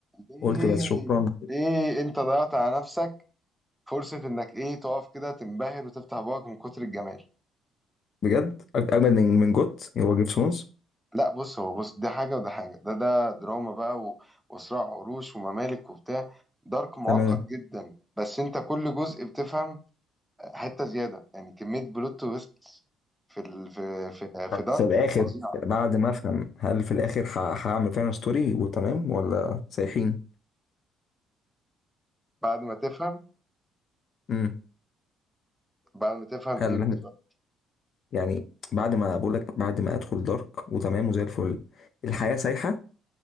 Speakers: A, in the centre; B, on the left.
A: ليه
B: قلت بس شكرا
A: ليه انت ضيعت على نفسك فرصة انك ايه تقف كده تنبهر وتفتح بقك من كتر الجمال
B: بجد أج- اجمد من من جوت هو جيف سمونز
A: لا بص هو بص ده حاجة وده حاجة ده ده دراما بقى و... وصراع عروش وممالك وبتاع دارك معقد
B: تمام
A: جدا بس انت كل جزء بتفهم حتة زيادة يعني كمية بلوت تويست في ال... في في في
B: طب
A: دارك
B: في الاخر
A: فظيعة
B: بعد ما افهم هل في الاخر ه- هعمل فعلا ستوري وتمام ولا سايحين
A: بعد ما تفهم
B: امم
A: بعد ما تفهم
B: هل
A: ايه بالظبط
B: يعني بعد ما بقول لك بعد ما ادخل دارك وتمام وزي الفل الحياه سايحه